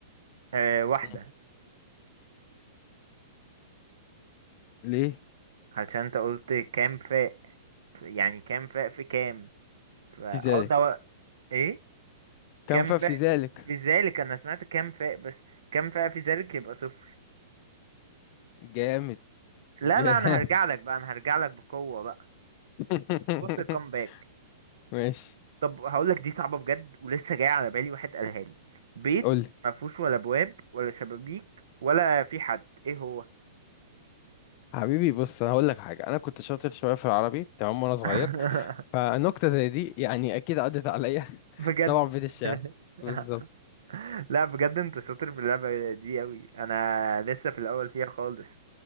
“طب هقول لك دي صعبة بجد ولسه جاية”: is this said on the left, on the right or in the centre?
Right